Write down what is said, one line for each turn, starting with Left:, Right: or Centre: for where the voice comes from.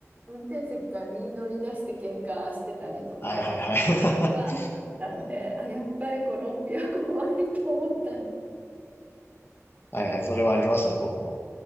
Right: 運転席から身乗り出して喧嘩してたりとか、
Left: はいはいはい。
Right: はあったんで、あ、やっぱりコロンビア怖いと思ったん
Left: <laughs> はいはい、それはありましたね、僕も。